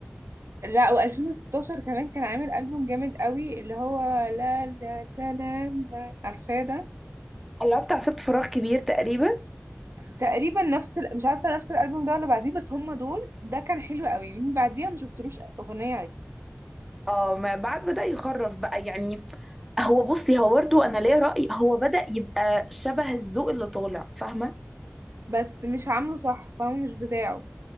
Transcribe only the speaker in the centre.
<laughs> اللي هو بتاع سبت فراغ كبير تقريبا
اه ما بعد بدأ يخرف بقى يعني هو بصي هو برضو أنا ليا رأي هو بدأ يبقى شبه الذوق اللي طالع فاهمة